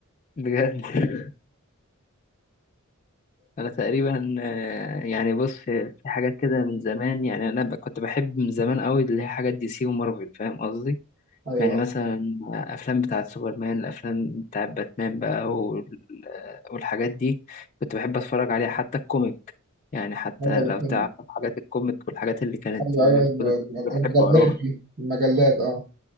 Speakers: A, on the left; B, on the right.
A: بجد <laughs> انا تقريبا آه، يعني بص في في حاجات كده من زمان يعني انا ب- كنت بحب من زمان قوي اللي هي حاجات دي سي ومارفل فاهم قصدي
B: ايوه
A: يعني مثلا افلام بتاعه سوبرمان الافلام بتاعه باتمان بقى وال- آه، والحاجات دي كنت بحب اتفرج عليها حتى الكوميك يعني حتى
B: ايوه الاتنين.
A: لو تعرف حاجات الكوميك والحاجات اللي كانت
B: ايوه
A: اللي
B: ايوه
A: كنت
B: الم-
A: بحب
B: المجلات
A: اقراها
B: دي المجلات اه